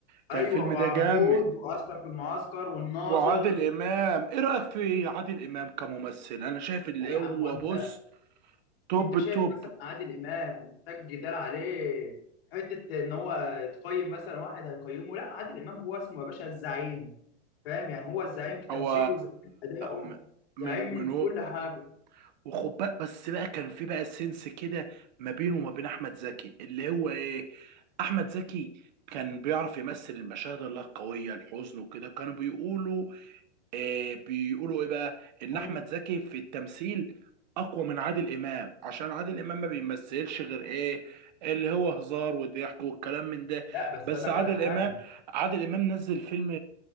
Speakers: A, on the right; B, on the left.
A: كان
B: ايوه
A: الفيلم
B: وعبود
A: ده جامد
B: وعسكر في المعسكر والناظر
A: وعادل امام ايه رايك في عادل امام كممثل انا شايف اللي
B: لا يا
A: هو
B: عم وانت
A: بص توب
B: انت
A: التوب
B: شايف مثلا عادل امام محتاج جدال عليه حته ان هو يتقيم مثلا واحد هيقيمه لا عادل امام هو اسمه يا باشا الزعيم فاهم يعني هو الزعيم في تمثيله
A: هو
B: زعيم في ادائه
A: م- من
B: زعيم
A: من
B: في
A: هو
B: كل حاجه
A: وخد بالك بس بقى كان في بقى سنس كده ما بينه وما بين احمد زكي اللي هو ايه احمد زكي كان بيعرف يمثل المشاهد الله القويه الحزن وكده كانوا بيقولوا آه، بيقولوا ايه بقى ان
B: هم
A: احمد زكي في التمثيل اقوى من عادل امام عشان عادل امام ما بيمثلش غير ايه اللي هو هزار وضحك والكلام من ده
B: لا بس
A: بس
B: اقول لك
A: عادل
B: على حاجه
A: امام عادل امام نزل فيلم